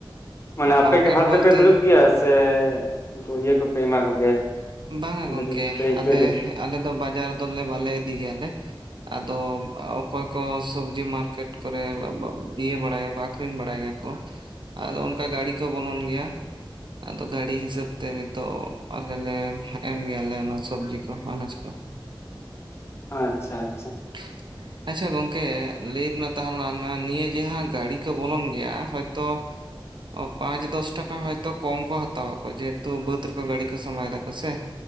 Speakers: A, on the left; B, on the right.
A: ᱢᱟᱱᱮ ᱟᱯᱮᱜᱮ
B: ᱢᱟᱨᱠᱮᱴ
A: ᱦᱟᱴ
B: ᱵᱚᱞᱛᱮ
A: ᱨᱮᱯᱮ ᱫᱩᱲᱩᱵ ᱜᱮᱭᱟ ᱥᱮ ᱩᱱᱠᱩ ᱤᱭᱟᱹ ᱠᱚᱯᱮ ᱮᱢᱟ ᱠᱚᱜᱮᱭᱟ?
B: ᱵᱟᱝᱟ
A: ᱪᱤᱞᱤ
B: ᱜᱚᱝᱠᱮ
A: ᱠᱚ
B: ᱟᱞᱮ ᱟᱞᱮ ᱫᱚ ᱵᱟᱡᱟᱨ ᱫᱚᱞᱮ ᱵᱟᱞᱮ ᱤᱫᱤ ᱜᱮᱭᱟᱞᱮ। ᱟᱫᱚ ᱚᱠᱚᱭ ᱠᱚ ᱥᱚᱵᱡᱤ ᱢᱟᱨᱠᱮᱴ ᱠᱚᱨᱮ ᱟᱰᱟᱰ <unintelligible> ᱤᱭᱟᱹ ᱵᱟᱲᱟᱭᱟᱠᱚ ᱟᱠᱷᱨᱤᱧ ᱵᱟᱲᱟᱭ ᱜᱮᱭᱟᱠᱚ᱾ ᱟᱫᱚ ᱚᱱᱠᱟ ᱜᱟᱹᱰᱤ ᱠᱚ ᱵᱚᱞᱚᱱ ᱜᱮᱭᱟ। ᱟᱫᱚ ᱜᱟᱹᱰᱤ ᱦᱤᱥᱟᱹᱵᱽ ᱛᱮ ᱱᱤᱛᱚᱜ ᱟᱞᱮ ᱞᱮᱢ ᱮᱢ ᱜᱮᱭᱟᱞᱮ ᱚᱱᱟ ᱥᱚᱵᱽᱡᱤ ᱠᱚ ᱟᱱᱟᱡᱽ ᱠᱚ।
A: ᱟᱪᱪᱷᱟ ᱟᱪᱪᱷᱟ
B: <inaudible> ᱟᱪᱪᱷᱟ ᱜᱚᱝᱠᱮ ᱞᱟᱹᱭ ᱢᱮ ᱛᱟᱦᱟᱞᱮ ᱱᱤᱭᱟᱹ ᱡᱟᱦᱟᱸ ᱜᱟᱲᱤ ᱠᱚ ᱵᱚᱞᱚᱱ ᱜᱮᱭᱟ᱾ ᱦᱚᱭᱛᱳ ᱼᱼ ᱚ ᱯᱟᱸᱪ ᱫᱚᱥ ᱴᱟᱠᱟ ᱦᱚᱭᱛᱚ ᱠᱚᱢ ᱠᱚ ᱦᱟᱛᱟᱣᱟ ᱠᱚ᱾ ᱡᱮᱦᱮᱛᱩ ᱵᱟᱹᱫᱽ ᱨᱮᱠᱚ ᱜᱟᱹᱰᱤ ᱠᱚ ᱥᱟᱢᱟᱣ ᱫᱟᱠᱚ ᱥᱮ।